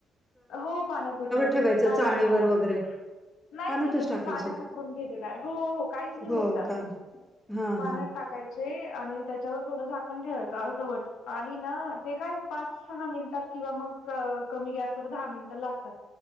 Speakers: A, on the left (about 85°); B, in the centre.
A: हो पाण्यात उकडवते
B: ठेवायचं
A: मी पाण्यात
B: चाळणीवर
A: पाण्यात
B: वगैरे?
A: नाही
B: पाण्यातच
A: नाही नाही मी
B: टाकायचेत?
A: पाण्यात उकडून घे देणार आहे हो हो काहीच नाही
B: हो
A: होत त्याला
B: का? हां,
A: पाण्यात
B: हां.
A: टाकायचे आणि त्याच्यावर थोडं झाकण ठेवायचं अर्धवट आणि ना ते काय पाच सहा मिनिटात किंवा मग कमी गॅसवर दहा मिनट लागतात